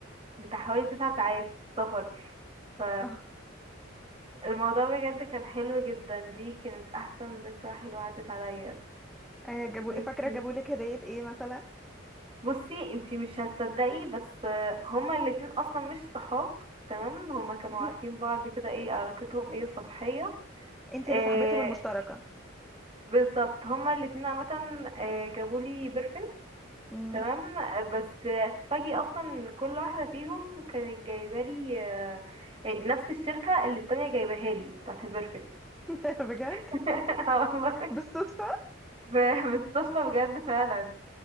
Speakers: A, on the right; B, in the centre.
A: بتاع حوالي تسع ساعات سفر ف
B: <laughs>
A: الموضوع بجد كان حلو جدا دي كانت احسن ذكرى حلوة عدت عليا
B: آه، جابوا
A: وانتي
B: فاكرة جابولك هدية ايه مثلا؟
A: بصي انتي مش هتصدقي بس آه، هما الاتنين اصلا مش صحاب تمام هما كانوا
B: <laughs>
A: عارفين بعض كده ايه علاقتهم ايه سطحية
B: انتي
A: آه
B: اللي صاحبتهم المشتركة
A: بالظبط هما الاتنين عامة آه، جابولي برفن
B: مم.
A: تمام آه، بس آه، تفاجئي اصلا ان كل واحدة فيهم كانت جايبالي آه، يعني نفس الشركة اللي التانية جايباها لي بتاعت البرفن
B: <laughs> بجد؟
A: <laughs> والله
B: <laughs> بالصدفة؟
A: ب- بتصفى بجد فعلا